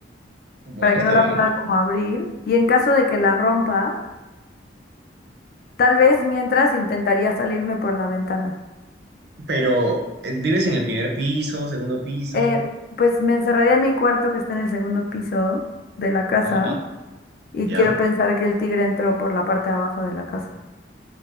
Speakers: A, on the right; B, on the left.
A: Bueno,
B: para que
A: está
B: no la
A: bien.
B: pueda como abrir. Y en caso de que la rompa, tal vez mientras intentaría salirme por la ventana.
A: Pero, eh, ¿vives en el primer piso, segundo piso?
B: Eh, pues me encerraría en mi cuarto que está en el segundo piso de la casa
A: Ajá.
B: y
A: ¿Ya?
B: quiero pensar
A: <laughs>
B: que el tigre entró por la parte de abajo de la casa.